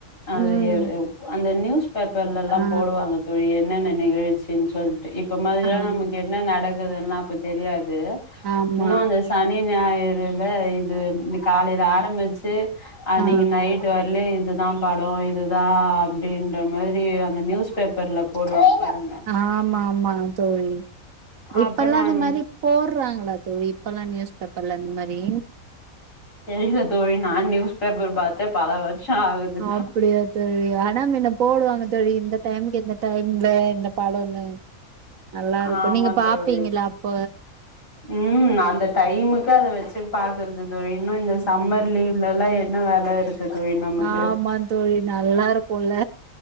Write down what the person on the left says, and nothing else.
அது
எ எம் அந்த நியூஸ் பேப்பர்ல எல்லா
போடுவாங்க தோழி என்னென்ன நிகழ்ச்சின் சொல்ட்டு இப்ப மாதிரியான
முக் என்ன நடக்குதுன்லா அப்ப தெரியாது
இன்னு அந்த சனி ஞாயிறுல இத் இது இன்னிக்கு காலையில ஆரம்மிச்சு அன்னைக்கு
நைட் பியார்ளே இது தா படோ இதுதா அப்டின்ற மாதிரி அந்த நியூஸ் பேப்பர்ல போடுவாங்க பாருங்க
அப்ப நான்
தெரில தோழி நா நியூஸ் பேப்பர் பாத்தே பல வருஷம் ஆகுது
ஆமா
தோழி
ம் அந்த டைமுக்கு அத வச்சு பாக்குறது தோழி இன்னு இந்த
சம்மர் லீ் வ் லலா என்ன வேல இருக்கு தோழி நமக்கு